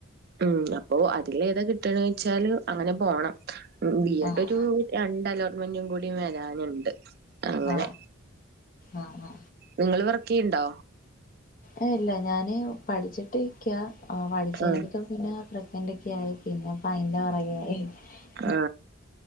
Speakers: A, on the right (about 45°); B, on the left (about 40°).
A: ഉം അപ്പോ അതില് ഏതാ കിട്ട്ന്നേച്ചാൽ അങ്ങനെ പൊണം ബി എട്ട്
B: ആഹ്
A: റ്റു രണ്ടലോട്ട്മെന്റും കൂടി വരാനുണ്ട് അങ്ങനെ
B: ആ അ അ
A: നിങ്ങള് വർകിയ്‌ണ്ടോ
B: ഏ ഇല്ല ഞാന് പഠിച്ചിട്ടിരിക്ക അ പഠിച്ച് കഴിഞ്ഞപ്പോ
A: ആ
B: പിന്ന പ്രഗ്നന്റൊക്കെയായി പിന്നപയിന്റെ പൊറകെയായി <unintelligible>
A: ആ